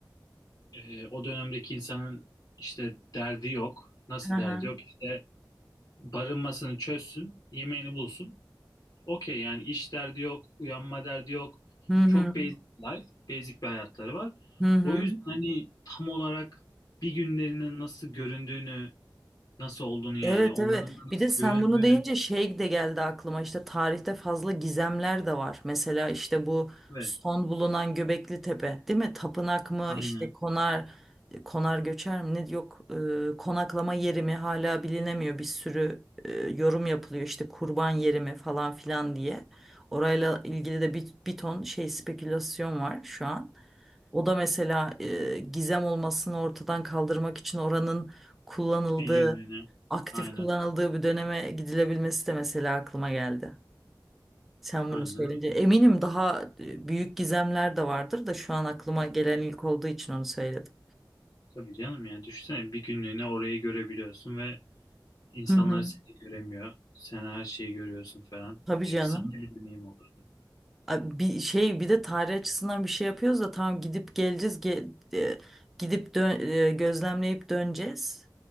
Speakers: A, on the left; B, in the centre.
A: e, o dönemdeki insanın işte derdi yok. Nasıl
B: Aha.
A: derdi yok? İşte barınmasını çözsün, yemeğini bulsun. Okey yani iş derdi yok, uyanma derdi yok.
B: Hı hı.
A: Çok basic life, basic bir hayatları var.
B: Hı hı.
A: O yüzden hani tam olarak bir günlerinin nasıl göründüğünü, nasıl olduğunu yani
B: Evet
A: onların
B: evet.
A: da
B: Bir
A: nasıl
B: de sen
A: göründüğünü.
B: bunu deyince şey de geldi aklıma. işte tarihte fazla gizemler de var. Mesela işte bu
A: Evet,
B: son bulunan Göbekli Tepe, değil mi? Tapınak mı?
A: aynen.
B: işte konar konar göçer mi? Ne yok e, konaklama yeri mi hala bilinemiyor. Bir sürü e, yorum yapılıyor. işte kurban yeri mi falan filan diye. Orayla ilgili de bir, bir ton şey spekülasyon var şu an. O da mesela e, gizem olmasını ortadan kaldırmak için oranın kullanıldığı
A: Bir günlüğüne.
B: aktif
A: Aynen.
B: kullanıldığı bir döneme gidilebilmesi de mesela aklıma geldi. Sen
A: Aynen.
B: bunu söyleyince eminim daha e, büyük gizemler de vardır da şu an aklıma gelen ilk olduğu için onu söyledim.
A: Tabii canım yani düşünsene bir günlüğüne orayı görebiliyorsun ve insanlar
B: Hı hı.
A: seni göremiyor. Sen her şeyi görüyorsun falan.
B: Tabii
A: Efsane
B: canım.
A: bir deneyim olurdu.
B: A- Bir şey bir de tarih açısından bir şey yapıyoruz da tamam gidip geleceğiz ge- e, gidip dö- e, gözlemleyip döneceğiz.